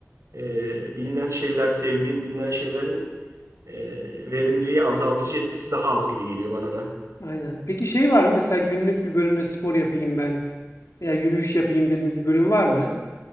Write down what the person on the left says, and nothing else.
Aynen. Peki şey var mı? Mesela günlük bir bölümde spor yapayım ben veya yürüyüş yapayım dediğiniz bir bölüm var mı?